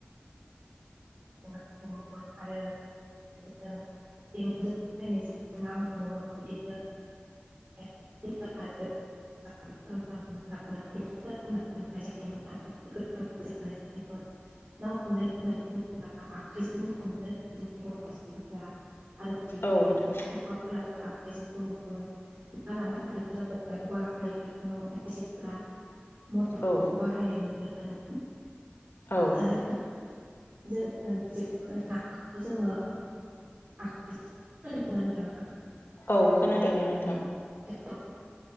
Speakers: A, on the right (about 45°); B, on the left (about 80°).
A: <unintelligible> आखाइजोंबो हमनो र जोंनि बर मफोरा आरो बिदिनो
B: औ नोंथां
A: हौवाफोराबो आखाइजोंबो हमो ना लानोथ जों खबबायखौ बाहायो न' खायफोरा म
B: औ
A: बाहायनाय नुनो मोनोमोन
B: औ
A: आरो जों। <unintelligible>
B: औ खोनादों दै नोंथां।
A: हेल'